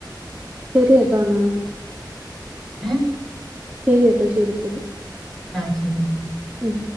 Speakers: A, on the right; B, in the centre.
A: ശരി കേട്ടോ ന്നാ.
B: <unintelligible>
A: ശരി കേട്ടോ ശരി ശരി.
B: ആഹ് ശരി.
A: ഉം.